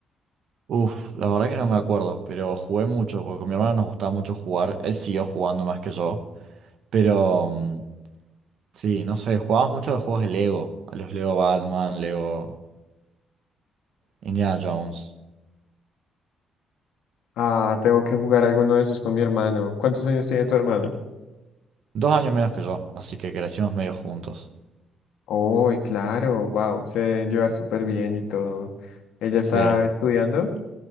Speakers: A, on the right; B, on the left.
A: Uf, la verdad que no me acuerdo, pero jugué mucho, porque con mi hermano nos gustaba mucho jugar. Él siguió jugando más que yo. Pero mm, sí, no sé, jugábamos mucho a los juegos de Lego, a los Lego Batman, Lego Indiana Jones.
B: Ah, tengo que jugar alguno de esos con mi hermano. ¿Cuántos años tiene tu hermano?
A: Dos años menos que yo, así que crecimos medio juntos.
B: Oh, claro, wow, se deben llevar súper bien y todo. ¿Ella está
A: Sí.
B: estudiando?